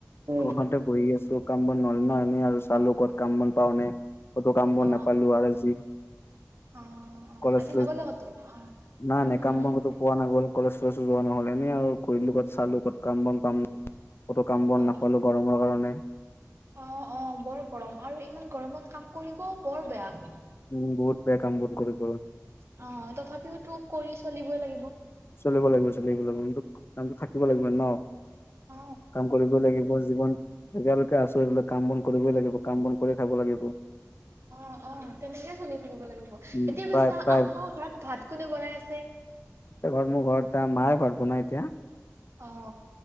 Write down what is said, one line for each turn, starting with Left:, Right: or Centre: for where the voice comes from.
Right: অ
Left: ঘৰতে বহি আছো কাম বন নহ'লে এনেই আৰু চালো কত কাম বন পাও নাই কতো কামবন
Right: অ
Left: নাপালো আৰু যি
Right: অ
Left: কলেজ
Right: আজি নগলে ক'তো অ
Left: নাই
Right: উম
Left: নাই কাম
Right: উম
Left: বন
Right: উম
Left: কতো পোৱা নগ'ল কলেজ চলেজো যোৱা নহল এনে আৰু ঘূৰিলো ক'ত চালো ক'ত কাম বন পাম। ক'তো কাম বন
Right: অ
Left: নাপালো গৰমৰ কাৰণে।
Right: অ অ বৰ গৰম আৰু ইমান গৰমত কাম কৰিব বৰ বেয়া।
Left: উম বহুত বেয়া কাম বন কৰিব।
Right: অ তথাপিওতো কৰি চলিবই লাগিব
Left: চলিব লাগিব চলিব লাগিব কিন্তু। কামতটো থাকিব লাগিব ন
Right: অ
Left: কাম কৰিব লাগিব জীৱন। এতিয়ালৈকে আছো এইবিলাক কাম বন কৰিবই লাগিব কাম বন কৰিয়ে খাব লাগিব।
Right: অঁ অঁ। তেনেকে চলি থাকিব লাগিব এতিয়া
Left: উম প্ৰায়
Right: পিছে
Left: প্ৰায়
Right: আপোনাৰ ঘৰত ভাত কোনে বনাই আছে।
Left: এ ঘৰত মোৰ ঘৰত এ মায়ে ঘৰত বনাই এতিয়া।
Right: অ